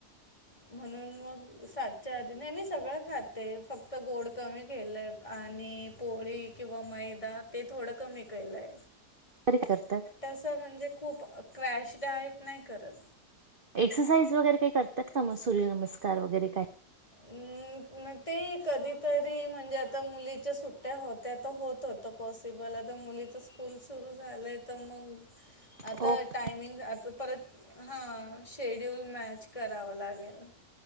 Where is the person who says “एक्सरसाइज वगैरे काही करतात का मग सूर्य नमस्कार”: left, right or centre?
Right